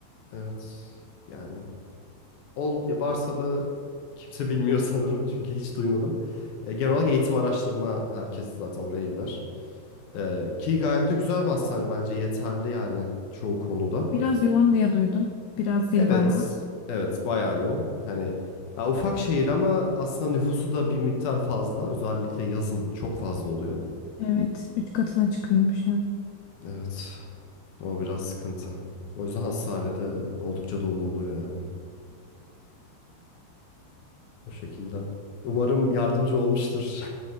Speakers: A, on the left (about 65°); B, on the left (about 80°).
A: Evet yani ol ya varsa da kimse bilmiyor sanırım çünkü hiç duymadım. E, genel olarak eğitim araştırma herkes zaten oraya gider. Ee, ki gayet de güzel bir hastane bence yeterli yani çoğu konuda.
B: Biraz yoğun diye duydum. Biraz zil
A: Evet,
B: bayağı.
A: evet bayağı yoğun. Hani ya ufak şehir ama aslında nüfusu da bir miktar fazla. Özellikle yazın çok fazla oluyor.
B: Evet, 3 katına çıkıyormuş yazın.
A: Evet, o biraz sıkıntı. O yüzden hastanede oldukça dolu oluyor yani. O şekilde. Umarım yardımcı olmuştur